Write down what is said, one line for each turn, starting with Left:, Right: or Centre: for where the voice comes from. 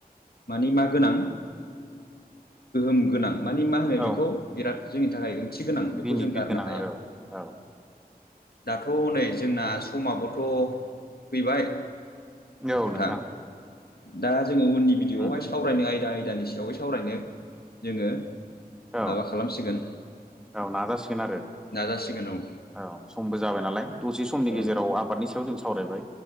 Left: माने मा गोनां गोहोम गोनां मानि मा होनो
Centre: औ
Left: बेखौ बिराद जोंनि थाखाय रथि <unintelligible> थि गोनां बेखौ
Centre: बेनिफिट
Left: जों गारनो
Centre: गोनां
Left: हाया
Centre: आरो औ
Left: दाथ' नै जोंना समाबोथ' फैबाय नोंथां
Centre: औ औ नोंथां
Left: दा जोङो उननि भिडिय'आवहाय
Centre: उम
Left: सावरायनो आयदा आयदानि सायावै सावरायनो जोङो
Centre: औ
Left: माबा खालामसिगोन
Centre: औ नाजासिगोन आरो
Left: नाजासिगोन औ
Centre: औ समबो जाबाय नालाय दसे समनि
Left: औ
Centre: गेजेराव आबादनि सायाव जों सावरायबाय